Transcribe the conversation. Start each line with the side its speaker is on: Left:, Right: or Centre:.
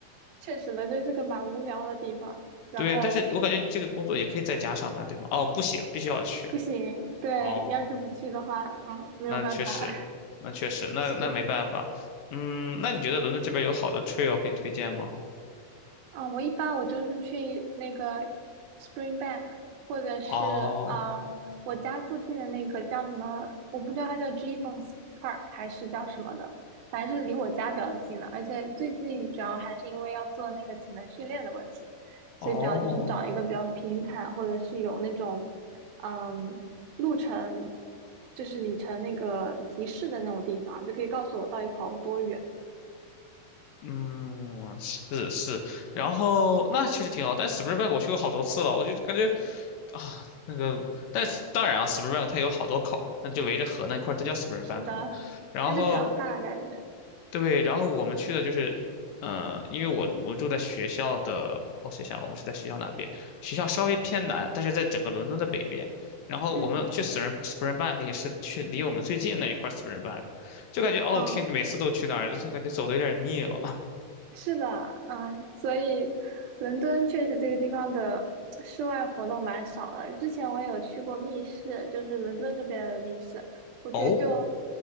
Right: 确实伦敦是个蛮无聊的地方。然后
Left: 对，但是我感觉你这个工作也可以在家上班，对吗？哦，不行，必须要去。
Right: 不行，对，
Left: 哦，
Right: 要是不去的话，嗯，没有办法，
Left: 那确实，
Right: <laughs>
Left: 那确实，那那没办法。
Right: 是，
Left: 嗯，那你觉得伦敦这边有好的 trail 可以推荐吗？
Right: 嗯，我一般我就是去那个 Springbank，或者是啊、
Left: 哦
Right: 我家附近的那个叫什么，我不知道它叫 Gibbons Park 还是叫什么的，反正是离我家比较近的。而且最近主要还是因为要做那个体能训练的问题，所以主要就是找一个比较平坦，
Left: 哦，
Right: 或者是有那种嗯路程，就是里程那个提示的那种地方，就可以告诉我到底跑了多远。
Left: 嗯，是是。然后那确实挺好，但 Springbank 我去过好多次了，我就感觉啊，那个，但是当然啊，Springbank 它有好多口，它就围着河那块儿，都叫 Springbank
Right: 是的，
Left: 嘛。然后
Right: 它就比较大感觉，
Left: 对，然后我们去的就是，呃，因为我我们住在学校的，我想想，我们是在学校哪边？学校稍微偏南，但是在整个伦敦的北边。然后我们去
Right: 嗯。
Left: Spring Springbank 也是去离我们最近那一块 Springbank，就感觉哦天，
Right: 嗯，
Left: 每次都去那儿，就感觉走的有点腻了。<laughs>
Right: 是的，哎，所以伦敦确实这个地方的室外活动蛮少的。之前我也有去过密室，就是伦敦这边的密室，我觉得就
Left: 哦，